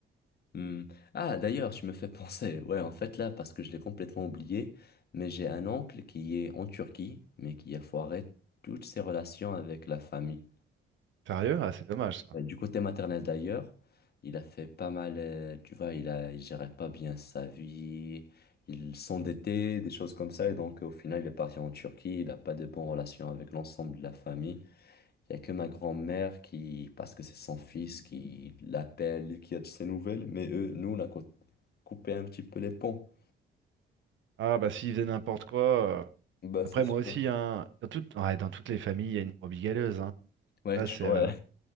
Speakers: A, on the left (about 55°); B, on the right (about 75°).
A: Hmm. Ah, d'ailleurs, tu me fais penser. Ouais, en fait, là, parce que je l'ai complètement oublié, mais j'ai un oncle qui est en Turquie, mais qui a foiré toutes ses relations avec la famille.
B: Sérieux? Ah, c'est dommage ça.
A: Euh, Du côté maternel d'ailleurs, il a fait pas mal, euh, tu vois, il a, il gérait pas bien sa vie, il s'endettait, des choses comme ça, et donc euh, au final il est parti en Turquie, il n'a pas de bonnes relations avec l'ensemble de la famille. Il n'y a que ma grand-mère qui, parce que c'est son fils, qui l'appelle, qui a de ses nouvelles, mais eux, nous, on a co- coupé un petit peu les ponts.
B: Ah bah s'ils faisaient n'importe quoi. euh,
A: Bah
B: Après
A: c'est sûr.
B: moi aussi, hein, dans toutes, ouais, dans toutes les familles, il y a une brebis galeuse. hein.
A: Ouais,
B: Ça,
A: toujours.
B: c'est euh,
A: Ouais,